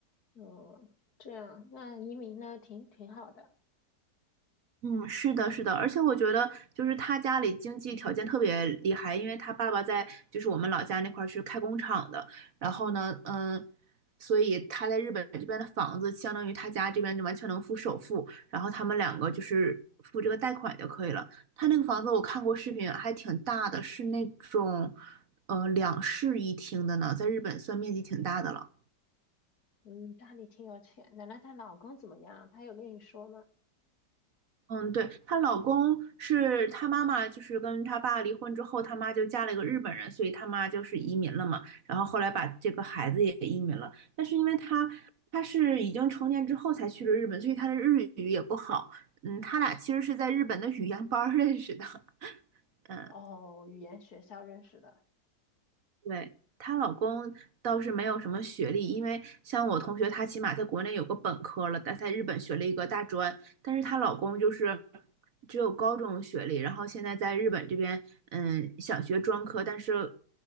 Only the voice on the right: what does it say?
嗯，是的，是的，而且我觉得就是他家里经济条件特别厉害，因为他爸爸在就是我们老家那块儿是开工厂的，然后呢，嗯，所以他在日本这边的房子相当于他家这边就完全能付首付，然后他们两个就是付这个贷款就可以了。他那个房子我看过视频，还挺大的，是那种呃两室一厅的呢，在日本算面积挺大的了。
嗯，对，她老公是她妈妈，就是跟她爸离婚之后，她妈就嫁了一个日本人，所以她妈就是移民了嘛。然后后来把这个孩子也移民了，但是因为她她是已经成年之后才去了日本，所以她的日语也不好。嗯，他俩其实是在日本的语言班儿认识的。<laughs> 嗯。
对，她老公倒是没有什么学历，因为像我同学，她起码在国内有个本科了，但在日本学了一个大专，但是她老公就是只有高中学历，然后现在在日本这边，嗯，想学专科，但是